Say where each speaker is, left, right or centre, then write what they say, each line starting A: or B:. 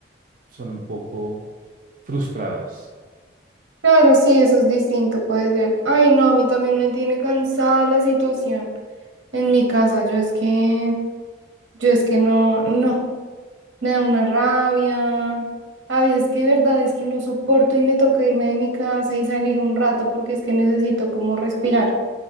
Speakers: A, on the right; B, on the right.
A: son un poco frustradas.
B: Claro, sí, eso es distinto, puede ser. Ay, no, a mí también me tiene cansada la situación en mi casa. Yo es que, yo es que no, no, me da una rabia. A veces que de verdad es que no soporto y me toca irme de mi casa y salir un rato porque es que necesito como respirar.